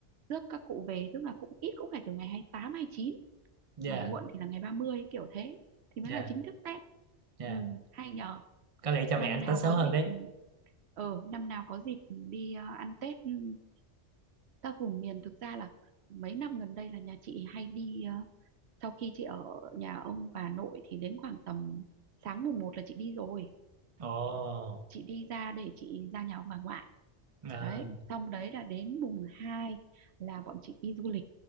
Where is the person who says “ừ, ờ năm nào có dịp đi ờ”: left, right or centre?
Right